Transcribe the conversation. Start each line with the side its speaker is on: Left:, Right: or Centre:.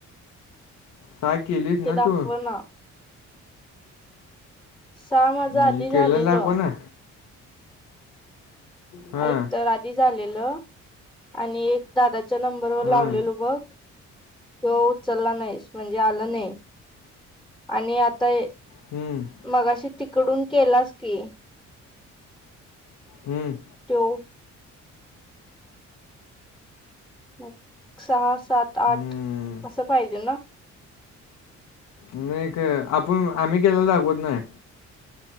Left: सहा केलीस
Centre: ते
Left: ना
Centre: दाखव
Left: तू.
Centre: ना सहा माझं
Left: म्हणजे
Centre: आधी झालेलं
Left: केल्याला दाखवं ना. हां
Centre: ऐक तर एक आधी झालेलं आणि एक दादा. च्या नंबर वर
Left: हां
Centre: लावलेलो बघ तो उचलला नाही, म्हणजे आला नाही. आणि आता.
Left: हम
Centre: मगाशी तिकडून केलास की.
Left: हम्म
Centre: त्यो मग सहा सात
Left: हम्म
Centre: आठ असं पाहिजे ना?
Left: मग एक आपण आम्ही केलाला दाखवत नाही.